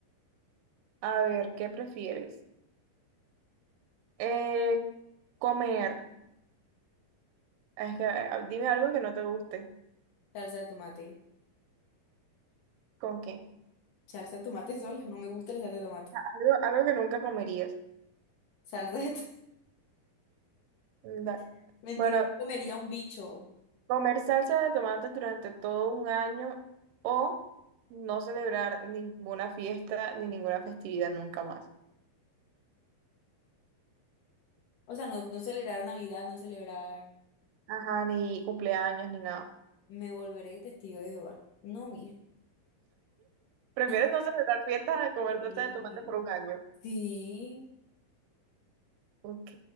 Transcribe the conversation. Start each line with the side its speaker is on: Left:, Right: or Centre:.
Right: A ver, ¿qué prefieres? Eh, Comer. Es que, eh, ah, dime algo que no te guste.
Left: Salsa de tomate,
Right: ¿Con qué?
Left: salsa de tomate <laughs> sola, no me gusta la salsa de tomate.
Right: Algo, algo que nunca comerías.
Left: Salsa de tomate,
Right: Da-
Left: <laughs> mentira,
Right: Bueno,
Left: no comería un bicho.
Right: <laughs> comer salsa de tomate durante todo un año o no celebrar ninguna fiesta ni ninguna festividad nunca más.
Left: O sea, no, no celebrar Navidad, no celebrar,
Right: Ajá, ni cumpleaños ni nada.
Left: me volveré testigo de Jehová. No, mija.
Right: Prefieres
Left: <laughs>
Right: no celebrar fiestas a comer
Left: Sí,
Right: salsa de tomate por un año.
Left: sí,
Right: Ok,